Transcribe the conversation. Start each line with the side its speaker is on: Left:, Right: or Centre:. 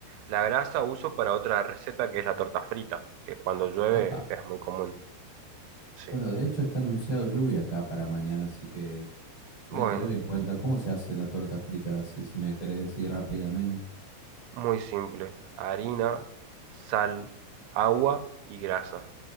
Right: La grasa uso para otra receta que es la torta frita, que cuando llueve
Left: Apa.
Right: es muy común. Sí.
Left: Bueno, de hecho está anunciado lluvia acá para mañana, así que... Voy
Right: Bueno.
Left: a tener en cuenta cómo se hace la torta frita, así si me querés decir rápidamente.
Right: Muy simple. Harina, sal, agua y grasa.